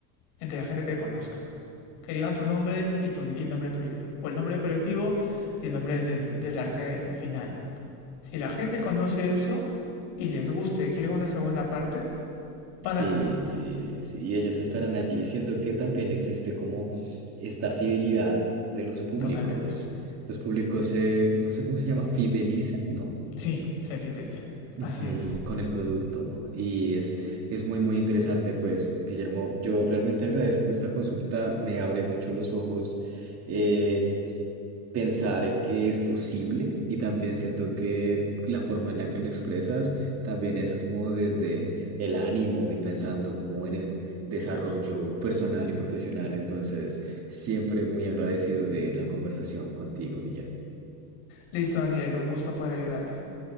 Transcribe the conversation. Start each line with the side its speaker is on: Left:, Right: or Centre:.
Left: en que la gente te conozca, que digan tu nombre y, tu, y el nombre de tu libro, o el nombre del colectivo y el nombre del, del arte final. Si la gente conoce eso y les gusta y quieren una segunda parte, van
Right: Sí,
Left: a comprarte.
Right: sí, sí, sí. Y ellos estarán allí. Siento que también existe como esta fidelidad de los públicos.
Left: Totalmente.
Right: Los públicos, se- no sé cómo se llama, fidelizan, no,
Left: Sí, se fidelizan.
Right: Ujú,
Left: Así es.
Right: con el producto. Y es, es muy, muy interesante, pues, Guillermo, yo realmente agradezco esta consulta. Me abre mucho los ojos. eh, pensar en que es posible y también siento que la forma en la que lo expresas también es como desde el ánimo y pensando como en el desarrollo personal y profesional. Entonces, siempre muy agradecido de la conversación contigo, Guillermo.
Left: Listo, Daniel, un gusto poder ayudarte.